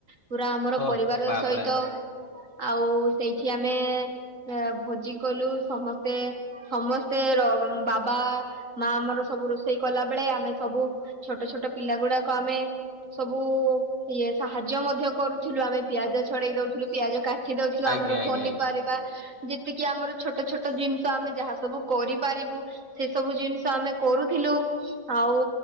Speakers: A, on the right; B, on the left.
A: ପୁରା ଆମର
B: ଓଃ
A: ପରିବାର
B: ବାପରେ
A: ସହିତ। ଆଉ ସେଇଠି ଆମେ ଏଁଆଁ ଭୋଜି କଲୁ ସମସ୍ତେ ସମସ୍ତେ ର ବାବା ମା ଆମର ସବୁ ରୋଷେଇ କଲା ବେଳେ ଆମେ ସବୁ ଛୋଟୋ ଛୋଟୋ ପିଲା ଗୁଡାକ ଆମେ ସବୁ ଇଏ ସାହାଯ୍ୟ ମଧ୍ୟ କରୁଥିଲୁ ଆମେ ପିଆଜ ଛଡେଇ ଦୋଉଥୁଲୁ ପିଆଜ କାଠି ଦୋଉଥୁଲୁ
B: ଆଜ୍ଞା
A: ଆମର
B: ଆଜ୍ଞା
A: ପନିପାରିବା
B: ଆଜ୍ଞା।
A: ଯେତିକି ଆମର ଛୋଟୋ ଛୋଟୋ ଜିନିଷ ଆମେ ଯାହା ସବୁ କରି ପାରିବୁ ସେ ସବୁ ଜିନିଷ ଆମେ କରୁଥିଲୁ ଆଉ